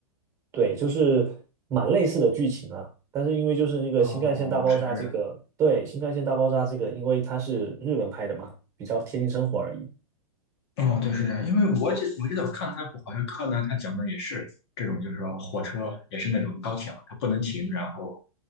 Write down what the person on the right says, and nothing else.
对，就是蛮类似的剧情啊，但是因为就是那个新干线大爆炸这个，
对，新干线大爆炸这个，因为它是日本拍的嘛，比较贴近生活而已。